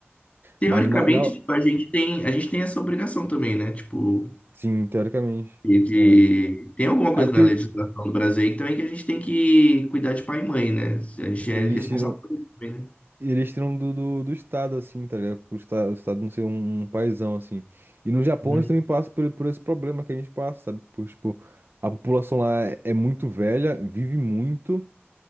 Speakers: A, on the left; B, on the right.
A: Teoricamente,
B: Mas, na... na...
A: tipo, a gente tem, a gente tem essa obrigação também, né? Tipo,
B: sim, teoricamente.
A: e de...
B: É.
A: tem alguma coisa
B: É porque
A: na legislação do Brasil aí também que a gente tem que cuidar de pai e mãe, né? A gente
B: eles
A: é responsável
B: tiram.
A: por isso também, né?
B: E Eles tiram do, do, do Estado, assim, tá ligado? Por esta- O Estado não ser um, um paizão, assim. E no Japão
A: Uhum,
B: eles também passam por, por esse problema que a gente passa, sabe? Por, tipo, a população lá é, é muito velha, vive muito,